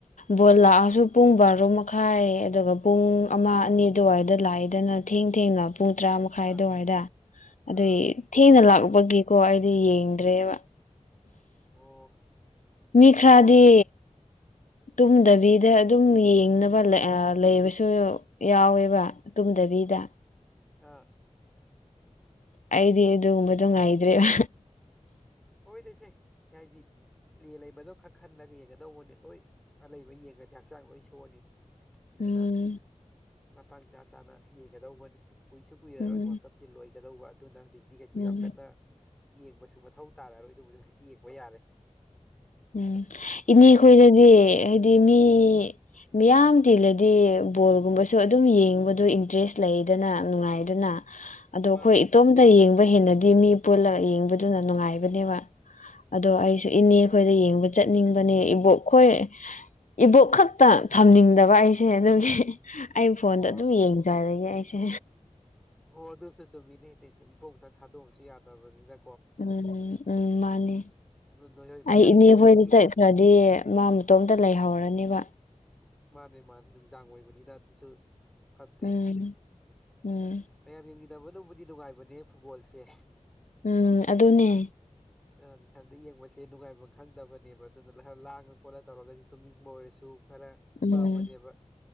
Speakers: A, on the left (about 80°); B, in the centre.
A: ꯕꯣꯜ ꯂꯥꯛꯑꯁꯨ ꯄꯨꯡ ꯕꯥꯔꯣ ꯃꯈꯥꯏ ꯑꯗꯨꯒ ꯄꯨꯡ ꯑꯃ ꯑꯅꯤ ꯑꯗꯨꯋꯥꯏꯗ ꯂꯥꯛꯏꯗꯅ ꯊꯦꯡ ꯊꯦꯡꯅ ꯄꯨꯡ ꯇꯔꯥ ꯃꯈꯥꯏ
B: ꯑꯥ
A: ꯑꯗꯨꯋꯥꯏꯗ ꯑꯗꯨꯏ
B: ꯑꯥ
A: ꯊꯦꯡꯅ ꯂꯥꯛ ꯕꯒꯤꯀꯣ ꯑꯩꯗꯤ ꯌꯦꯡꯗ꯭ꯔꯦꯕ
B: ꯑꯣ
A: ꯃꯤ
B: ꯉꯁꯤꯗꯤ
A: ꯈꯔꯗꯤ ꯇꯨꯝꯗꯕꯤꯗ ꯑꯗꯨꯝ ꯌꯦꯡꯅꯕ ꯂꯦ ꯑꯥ ꯂꯩꯕꯁꯨ ꯌꯥꯎꯋꯦꯕ ꯇꯨꯝꯗꯕꯤꯗ
B: ꯑꯥ
A: ꯑꯩꯗꯤ ꯑꯗꯨꯒꯨꯝꯕꯗꯨ ꯉꯥꯏꯗ꯭ꯔꯦꯕ
B: ꯍꯣꯏꯗꯆꯦ ꯌꯥꯏꯗꯤ ꯄ꯭ꯂꯦ ꯂꯩꯕꯗꯣ ꯈꯛ ꯈꯜꯂꯒ ꯌꯦꯡꯒꯗꯧꯕꯅꯦ ꯂꯣꯏ ꯂꯩꯕ ꯌꯦꯡꯉꯗꯤ ꯍꯛꯆꯥꯡ ꯂꯣꯏ ꯁꯣꯛꯑꯅꯤ ꯑꯗꯨꯅ
A: ꯎꯝ
B: ꯃꯇꯥꯡ ꯆꯥ ꯆꯥꯅ ꯌꯦꯡꯒꯗꯧꯕꯅꯤ ꯀꯨꯏꯁꯨ ꯀꯨꯏꯔꯔꯣꯏ
A: ꯎꯝ
B: ꯋꯥꯔꯜ ꯀꯞꯁꯦ ꯂꯣꯏꯒꯗꯧꯕ ꯑꯗꯨꯅ ꯍꯧꯖꯤꯛꯇꯤ ꯀꯩꯁꯨ
A: ꯎꯝ
B: ꯌꯥꯝ ꯀꯟꯅ ꯌꯦꯡꯕꯁꯨ ꯃꯊꯧ ꯇꯥꯔꯛꯑꯔꯣꯏꯗꯕꯨꯗꯤ ꯍꯧꯖꯤꯛꯇꯤ ꯌꯦꯛꯕ ꯌꯥꯔꯦ
A: ꯎꯝ ꯏꯅꯦ ꯈꯣꯏꯗꯗꯤ ꯍꯥꯏꯗꯤ ꯃꯤ ꯃꯤꯌꯥꯝ ꯇꯤꯜꯂꯗꯤ ꯕꯣꯜꯒꯨꯝꯕꯁꯨ ꯑꯗꯨꯝ ꯌꯦꯡꯕꯗꯣ ꯏꯟꯇꯔꯦꯁ ꯂꯩꯗꯅ ꯅꯨꯡꯉꯥꯏ ꯗꯨꯅ ꯑꯗꯣ
B: ꯃꯥꯅꯤ
A: ꯑꯩꯈꯣꯏ ꯏꯇꯣꯝꯇ ꯌꯦꯡ ꯄ ꯍꯦꯟꯅꯗꯤ ꯃꯤ ꯄꯨꯂꯒ ꯌꯦꯡꯕꯗꯨꯅ ꯅꯨꯡꯉꯥꯏꯕꯅꯦꯕ ꯑꯗꯣ ꯑꯩꯁꯨ ꯏꯅꯦ ꯑꯩꯈꯣꯏꯗ ꯌꯦꯡꯕ ꯆꯠꯅꯤꯡꯕꯅꯦ ꯏꯕꯣꯛꯈꯣꯏ ꯏꯕꯣꯛ ꯈꯛꯇ ꯊꯝꯅꯤꯡꯗꯕ ꯑꯩꯁꯦ ꯑꯗꯨꯒꯤ ꯑꯩ
B: ꯑꯣ
A: ꯐꯣꯟꯗ ꯑꯗꯨꯝ ꯌꯦꯡꯖꯔꯒꯦ ꯑꯩꯁꯦ
B: ꯑꯣ ꯑꯗꯨꯁꯨ ꯆꯨꯝꯃꯤꯅ ꯏꯆꯦꯗ ꯏꯕꯣꯛꯇꯪ ꯊꯥꯗꯣꯛꯑꯝꯕꯁꯨ ꯌꯥꯗꯕꯅꯤꯅ
A: ꯎꯝ ꯎꯝ ꯃꯥꯅꯦ
B: ꯅꯣꯏ ꯍꯣꯏ ꯃꯌꯥꯝ
A: ꯑꯩ ꯏꯅꯦ
B: ꯌꯦꯡꯃꯤꯟꯅꯕꯒꯤ
A: ꯍꯣꯏꯗ ꯆꯠꯈ꯭ꯔꯗꯤ ꯃꯥ ꯃꯇꯣꯝꯇ ꯂꯩꯍꯧꯔꯅꯦꯕ
B: ꯃꯥꯅꯦ ꯃꯥꯅꯦ ꯅꯨꯡꯗꯥꯡ ꯑꯣꯏꯕꯅꯤꯅ ꯑꯗꯨꯁꯨ ꯐꯠꯇꯦ
A: ꯎꯝ ꯎꯝ
B: ꯃꯌꯥꯝ ꯌꯦꯡꯃꯤꯟꯅꯕ ꯅꯕꯨꯗꯤ ꯅꯨꯡꯉꯥꯏꯕꯅꯦ ꯐꯨꯠꯕꯣꯜꯁꯦ
A: ꯎꯝ ꯑꯗꯨꯅꯦ
B: ꯑꯪ ꯏꯊꯟꯗ ꯌꯦꯡꯕꯁꯦ ꯅꯨꯡꯉꯥꯏꯕꯝ ꯈꯪꯗꯕꯅꯦꯕ ꯑꯗꯨꯅ ꯂ ꯂꯥꯡꯉ ꯈꯣꯠꯂ ꯇꯧꯔꯒꯗꯤ ꯇꯨꯝꯅꯤꯡꯕ ꯑꯣꯏꯔꯁꯨ ꯈꯔ
A: ꯎꯝ
B: ꯐꯕꯅꯦꯕ